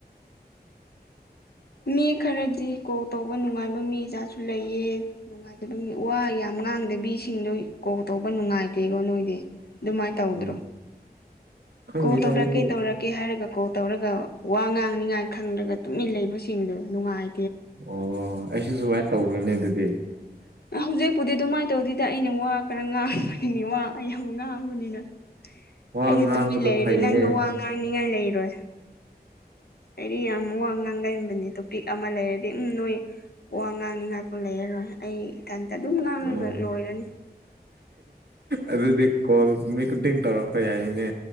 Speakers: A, on the left; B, on the right.
A: ꯃꯤ ꯈꯔꯗꯤ ꯀꯣꯜ ꯇꯧꯕ ꯅꯨꯡꯉꯥꯏꯕ ꯃꯤꯖꯥꯠꯁꯨ ꯂꯩꯌꯦ ꯅꯨꯡꯉꯥꯏꯇꯕ ꯃꯤ ꯋꯥ ꯌꯥꯝ ꯉꯥꯡꯗꯕꯤꯁꯤꯡꯗꯣ ꯀꯣꯜ ꯇꯧꯕ ꯅꯨꯡꯉꯥꯏꯇꯦꯀꯣ ꯅꯣꯏꯗꯤ ꯑꯗꯨꯃꯥꯏꯅ ꯇꯧꯗ꯭ꯔꯣ
B: ꯎꯝ ꯈꯪꯗꯦꯗ
A: ꯀꯣꯜ ꯇꯧꯔꯛꯀꯦ
B: ꯑꯩꯗꯤ
A: ꯇꯧꯔꯛꯀꯦ ꯍꯥꯏꯔꯒ ꯀꯣꯜ ꯇꯧꯔꯒ ꯋꯥ ꯉꯥꯡꯅꯤꯡꯉꯥꯏ ꯈꯪꯗ꯭ꯔꯒ ꯇꯨꯃꯤꯟ ꯂꯩꯕꯁꯤꯡꯗꯨ ꯅꯨꯡꯉꯥꯏ
B: ꯑꯣ ꯑꯩꯁꯨ ꯁꯨꯃꯥꯏ ꯇꯧꯕ꯭ꯔꯅꯦ ꯑꯗꯨꯗꯤ
A: ꯍꯧꯖꯤꯛꯄꯨꯗꯤ ꯑꯗꯨꯃꯥꯏꯅ ꯇꯧꯗꯦꯗ ꯑꯩꯅ ꯋꯥ ꯈꯔ ꯉꯥꯡꯕꯅꯤ ꯋꯥ ꯌꯥꯝ ꯉꯥꯡꯕꯅꯤꯅ
B: ꯋꯥ
A: ꯑꯩꯁꯦ
B: ꯉꯥꯡꯕꯗꯣ
A: ꯇꯨꯃꯤꯟ ꯂꯩꯔꯗꯤ
B: ꯐꯩꯅꯦ
A: ꯅꯪꯁꯨ
B: ꯑꯣ
A: ꯋꯥ ꯉꯥꯡꯅꯤꯡꯉꯥꯏ ꯂꯩꯔꯣꯏ ꯑꯩꯗꯤ ꯌꯥꯝ ꯋꯥ ꯉꯥꯡ ꯅꯪꯗꯅꯤ ꯇꯣꯄꯤꯛ ꯑꯃ ꯂꯩꯔꯗꯤ ꯎꯝ ꯅꯣꯏ ꯋꯥ ꯉꯥꯡꯅꯤꯡꯉꯥꯏꯐꯥꯎ ꯂꯩꯔꯔꯣꯏ ꯑꯩ ꯏꯊꯟ ꯑꯗꯨꯝ ꯉꯥꯡꯂꯒ
B: ꯎꯝ
A: ꯂꯣꯏꯔꯅꯤ
B: ꯑꯗꯨꯗꯤ ꯀꯣꯜ ꯅꯨꯃꯤꯠ ꯈꯨꯗꯤꯡ ꯇꯧꯔꯛꯄ ꯌꯥꯏꯅꯦ